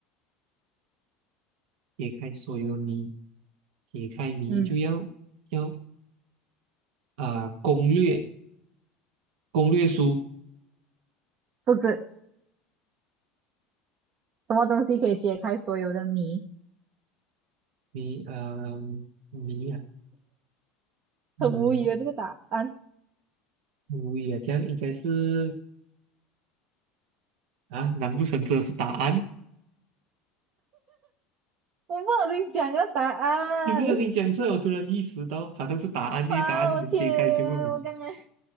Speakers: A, on the right (about 75°); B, on the right (about 50°).
A: 解开所有谜。解开谜就要要
B: 嗯，
A: 啊、呃攻略攻略书
B: 不是，什么东西可以解开所有的谜？
A: 谜呃谜啊谜
B: 很无语啊，这个答案，
A: 无语啊，这样应该是啊，难不成这是答案？
B: 我不小心讲个答案，
A: 一不小心讲出来，
B: <laughs>
A: 我突然意识到好像是答案，
B: 啊，
A: 因为答案能解开全部谜。
B: 我天，我刚才，